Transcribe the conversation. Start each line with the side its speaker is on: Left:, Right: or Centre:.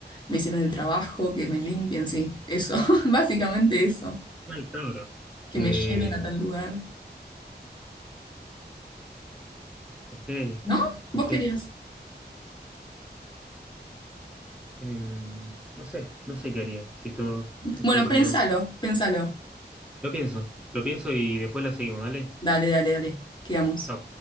Left: me hicieron el trabajo, que me limpien, sí, eso, <laughs> básicamente eso,
Centre: Mal, cabrón.
Left: que
Centre: Eh,
Left: me lleven a tal lugar.
Centre: ok,
Left: ¿No?
Centre: ok.
Left: ¿Vos querías?
Centre: Em, no sé, no sé qué haría si todos te
Left: Bueno,
Centre: pudiesen
Left: pensalo,
Centre: obedecer.
Left: pensalo.
Centre: Lo pienso, lo pienso y después la seguimos, dale.
Left: Dale, dale, dale, quedamos.
Centre: Chau.